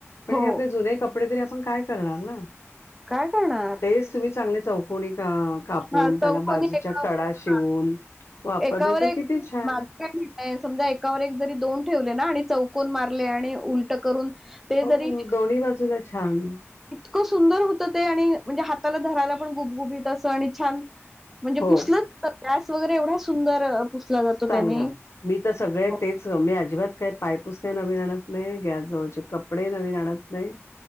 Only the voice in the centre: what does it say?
हो
काय करणार
हा
चौकोनी
एका
एकावर
एक
माझ काय म्हणणं एकावर एक जरी दोन ठेवले ना आणि चौक, कून मारले आणि उलट करून. ते
जरी
इतकं सुंदर होतं, ते आणि म्हणजे हाताला धरायला पण गुपगुबत असं आणि छान, म्हणजे
पुसल गॅस वगैरे एवढ्या सुंदर. पुसला जातो
त्याने
हो.